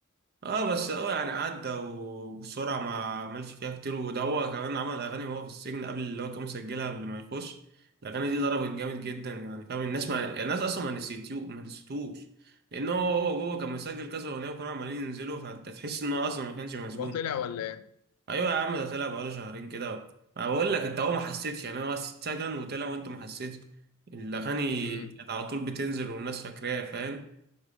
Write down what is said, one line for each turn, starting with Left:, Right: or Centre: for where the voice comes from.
Right: اه بس هو يعني عدى وبسرعه ما عملش فيها كتير وده هو كمان عمل اغاني وهو في السجن قبل اللي هو كان مسجلها قبل ما يخش الاغاني دي ضربت جامد جدا يعني فاهم الناس ما يعني الناس اصلا ما نسيتيو ما نسيتوش لان هو هو جوه كان مسجل كذا اغنيه وكانوا عمالين ينزلوا فانت تحس ان هو اصلا ما كانش مسجون
Left: هو طلع ولا إيه؟
Right: ايوه يا عم ده طلع بقاله شهرين كده ما بقول لك انت هو ما حسيتش يعني هو بس اتسجن وطلع وانت ما حسيتش الاغاني
Left: أمم
Right: كانت على طول بتنزل والناس فاكراها فاهم